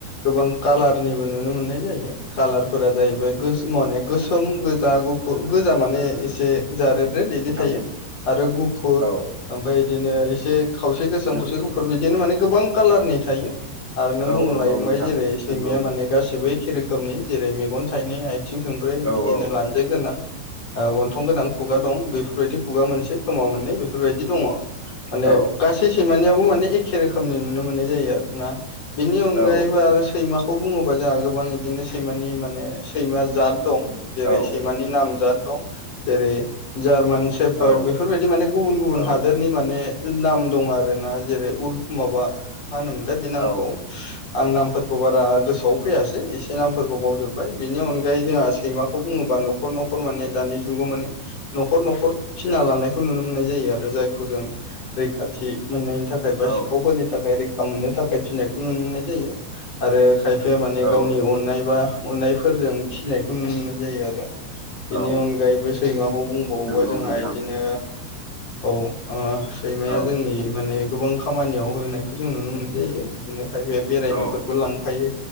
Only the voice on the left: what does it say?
गोबां कालारनिबो नुनो मोननाय जायो कालारफोरा जाहैबाय माने गोसोम गोजा गुफुर गोजा माने एसे जारेद रेद बिदि
थायो आरो गुफुर
ओमफाय बिदिनो एसे खावसे गोसोम
खावसे गुफुर बिदिनो माने गोबां कालारनि थायो आरो नों
बुं
लायोबाय
जेरै सैमाया
माने गासिबो एखे रोखोमनि जेरै मेगन थाइनै आथिं थोंब्रै
बिदिनो
लानजाय गोनां गोनां खुगा दं बेफोरबायदि खुगा मोनसे खोमाव मोननै बेफोरबायदि दङ माने
गासै सैमानियाव बो माने एखे रोखोमनि नुनो मोननाय जयो आरो ना बेनि अनगायैबो
आरो सैमाखौ बुङोबा जोंहा गोबां इदिनो सैमानि माने सैमा जाद दं जेरै
सैमानि नाम जाद दं जेरै जार्मान सेफारट
बेफोरबायदि माने गुबुन गुबुन
हादोरनि माने नाम दं आर रोना जेरै उल माबा मा होनोमोनलाय बे नामखौ
आं नामफोरखौ बारा गोसोआव फैयासै एसे नामफोरखौ बावजोबाय बेनि अनग गायै जोंहा सैमाखौ बुङोबा नखर नखर माने दानि जुगाव माने नखर नखर फिना लानायखौ नुनो मोननाय जायो आरो जायखौ जों रैखाथि मोननायनि थाखाय बा
सिखावफोरनि थाखाय रै खा मोननो थाखाय फिनायखौ नुनो मोननाय जायो आरो खायफाया मानि
गावनि अन बा अननायफोरजों फिनायखौ नुनो मोननाय जायो आरो बेनि
अनगायैबो सैमाखौ बुंबावोबा
जोंहा
इदिनो औ ओ सैमाया
जोंनि माने गोबां खामानियाव होनायखौ जों नुनो मोननाय जायो इदिनो खायफाया बेरायनोफोरबो
लांफायो